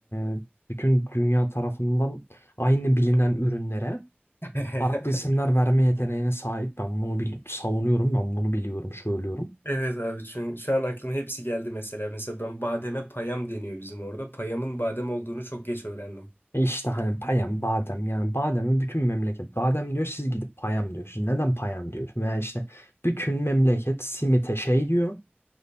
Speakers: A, on the left; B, on the left.
A: eee, bütün dünya tarafından aynı bilinen ürünlere
B: <laughs>
A: farklı isimler verme yeteneğine sahip. Ben bunu bili- savunuyorum, ben bunu biliyorum, söylüyorum.
B: Evet abi çünkü şu an aklıma hepsi geldi mesela. Mesela ben bademe payam deniyor bizim orada. Payamın badem olduğunu çok geç öğrendim.
A: E İşte hani payam, badem yani bademi bütün memleket badem diyor siz gidip payam diyorsunuz. Neden payam diyorsun? Veya işte bütün memleket simite şey diyor.